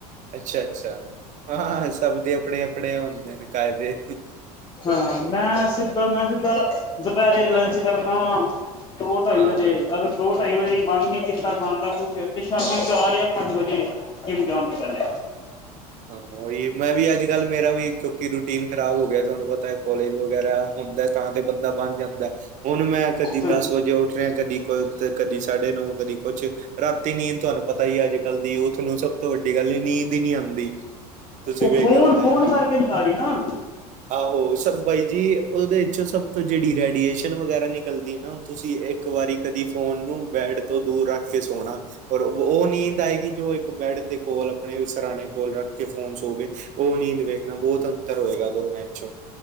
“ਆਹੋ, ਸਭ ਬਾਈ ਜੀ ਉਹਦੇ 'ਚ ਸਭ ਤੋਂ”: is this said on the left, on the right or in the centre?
Right